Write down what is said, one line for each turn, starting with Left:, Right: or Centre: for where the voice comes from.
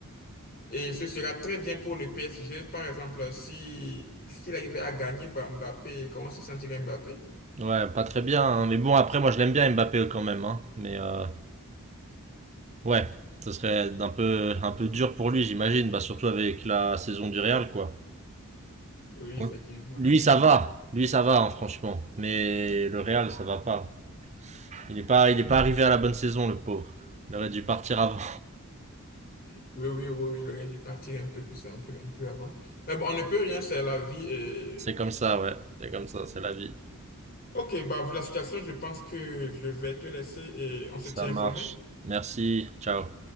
Left: Et ce sera très bien pour le PSG. Par exemple, si s'il arrivait à gagner bah, Mbappé, comment se sentirait Mbappé?
Right: Ouais, pas très bien. hein. Mais bon, après, moi, je l'aime bien Mbappé quand même. Hein. Mais euh, ouais, ce serait un peu, un peu dur pour lui, j'imagine. Bah, surtout avec la saison du Real, quoi.
Left: Oui,
Right: Ouais.
Left: effectivement.
Right: Lui,
Left: Euh,
Right: ça va. Lui, ça va, hein, franchement. Mais le Real, ça va pas. Il est pas, il est pas arrivé à la bonne saison, le pauvre. Il aurait dû partir avant.
Left: Oui, oui, oui, oui, le gars, il partirait un peu plus, un peu, un peu avant. Mais bon, on ne peut rien, c'est la vie. Et...
Right: <laughs> C'est comme ça, ouais. C'est comme ça, c'est la vie.
Left: Ok, bah, vu la situation, je pense que je vais te laisser et on se
Right: Ça
Left: tient
Right: marche.
Left: informé.
Right: Merci. Ciao.